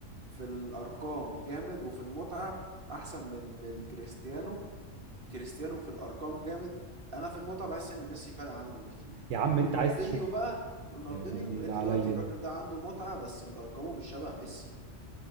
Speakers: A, on the right; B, on the right.
A: في الأرقام جامد وفي المتعة أحسن من من كريستيانو كريستيانو في الارقام جامد انا في المتعه بحس ان ميسي فارق عنه بكتير
B: يا عم
A: رونالدينيو
B: انت عايز تشوف
A: بقى رونالدينيو
B: يا دي النيلة
A: انت
B: عليا
A: دلوقتي الراجل ده عنده متعه بس ارقامه مش شبه ميسي